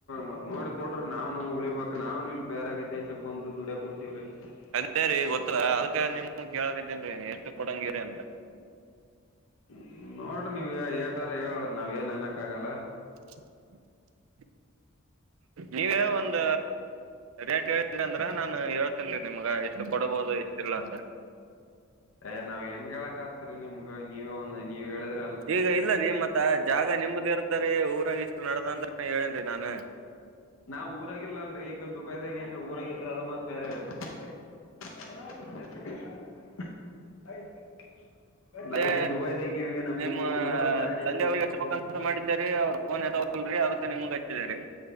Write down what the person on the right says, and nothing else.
ಅದೇ ರೀ ಗೊತ್ತಲ್ಲಾ ಅದಕ್ಕೆ ನಿಮ ಕೇಳದಿದ್ದೇನ್ರಿ ಎಷ್ಟು ಕೊಡಂಗಿರಿ ಅಂತ
<inaudible> ನೀವೇ ಒಂದ ರೇಟ್ ಹೇಳಿದ್ರಿ ಅಂದ್ರ ನಾನ್ ಏಳ್ ತಿಂತೀರಿ ನಿಮ್ಗ. ಇಷ್ಟು ಕೊಡಬಹುದು
ಇಷ್ಟಿಲ್ಲ
ಅಂತ
ಈಗ ಇಲ್ಲ ರೀ ಮತ್ತ ಜಾಗ ನಿಂಬ್ದ ಇರ್ತರಿ ಊರಾಗ ಇಷ್ಟು ನಡದ ಅಂತಾನ ಹೇಳೇನ್ರೀ ನಾನ.
ಅದೇ
ನಿಮ್ಮ
ತಂದೆ
ಅವರು ಹಚ್ಬೆಕ್ ಅಂತ ಮಾಡಿದ್ದಾರೆ ಅವ್ರರು ಫೋನ್ ಯ. ಲ್ರಿ ಅದಕ ನಿಮಗ್ ಹಚ್ಚಿದರಿ.